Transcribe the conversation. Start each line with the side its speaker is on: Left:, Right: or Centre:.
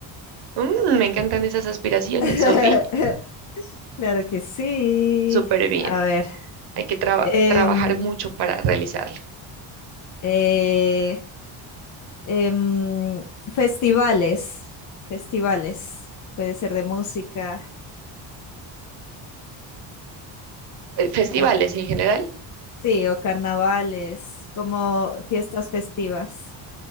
Right: Mm, me encantan esas aspiraciones,
Left: <laughs>
Right: Sofi.
Left: Claro que sí.
Right: Súper bien.
Left: A ver,
Right: Hay que traba-
Left: em,
Right: trabajar mucho para realizarlo.
Left: eh, em, festivales, festivales, puede ser de música,
Right: Eh, Festivales
Left: car-
Right: en general.
Left: sí, o carnavales, como fiestas festivas,